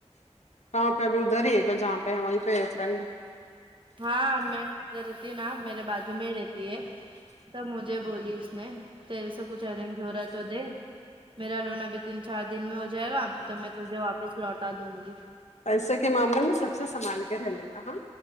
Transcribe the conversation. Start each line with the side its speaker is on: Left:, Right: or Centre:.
Left: کہاں پہ ا بھی ادھر ہی ہے کہ جہاں پہ وہیں پہ رہے
Right: ہاں میں ادھر رہتی ہے نا میرے بجو میں ہی رہتی ہے تب مجھے بولی اس نے تیرے سے کچھ ارینج ہو رہا تو دے میرا لون ابھی تین چار دن میں ہو جائے گا تو میں تجھے واپس لوٹا دوں گی
Left: پیسے کے معاملے میں سب سے سمبھال کے رہنے کا ہاں